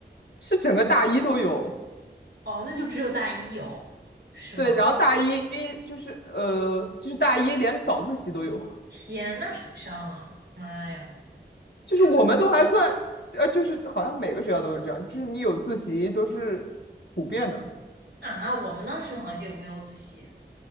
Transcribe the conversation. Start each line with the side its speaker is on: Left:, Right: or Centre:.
Left: 是整个大一都有。
Right: 哦，那就只有大一有，是吗？
Left: 对，然后大一就是呃，就是大一连早自习都有。
Right: 天，那谁上啊？妈呀，
Left: 就是我们都还算，
Right: 这不
Left: 呃，就是好像每个学校都是这样，就是你有自习都是普遍的。
Right: 啊！我们当时好像就没有自习。